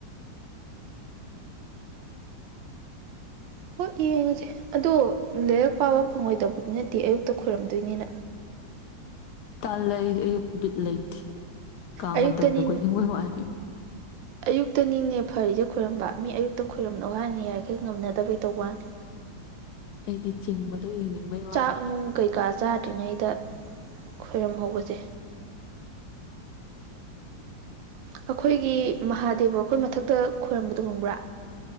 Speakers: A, on the right; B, on the left.
A: ꯍꯣꯏ ꯑꯗꯣ ꯂꯥꯏꯔꯤꯛ ꯄꯥꯕ ꯐꯪꯉꯣꯏꯗꯕꯗꯤ ꯅꯠꯇꯦ ꯑꯌꯨꯛꯇ ꯈꯣꯏꯔꯝꯗꯣꯏꯅꯤꯅ
B: ꯀꯥꯜ ꯂꯩ ꯑꯌꯨꯛ ꯕꯤꯠ ꯂꯩꯇꯦ ꯀꯥꯡ
A: ꯑꯌꯨꯛꯇꯅꯤ
B: ꯃꯇꯝꯗ ꯀꯈꯣꯏ ꯅꯤꯡꯉꯣꯏ ꯋꯥꯠꯏ
A: ꯑꯌꯨꯛꯇꯅꯤꯅꯦ ꯐꯔꯤꯁꯦ ꯈꯣꯏꯔꯝꯕ ꯃꯤ ꯑꯌꯨꯛꯇ ꯈꯣꯏꯔꯝꯂꯣ ꯍꯥꯏꯅ ꯌꯥꯏꯔꯤꯈꯩ ꯉꯝꯅꯗꯕꯩ ꯇꯧꯕꯅꯤ
B: ꯑꯩꯗꯤ ꯆꯤꯡꯕꯗꯣ ꯌꯦꯡꯅꯤꯡꯕꯩ ꯋꯥꯅꯤꯍꯦ
A: ꯆꯥꯛ ꯅꯨꯡ ꯀꯩꯀꯥ ꯆꯥꯗ꯭ꯔꯤꯉꯩꯗ ꯈꯣꯏꯔꯝꯍꯧꯕꯁꯦ ꯑꯩꯈꯣꯏꯒꯤ ꯃꯍꯥꯗꯦꯕ ꯑꯩꯈꯣꯏ ꯃꯊꯛꯇ ꯈꯣꯏꯔꯝꯕꯗꯨꯨ ꯈꯪꯕ꯭ꯔꯥ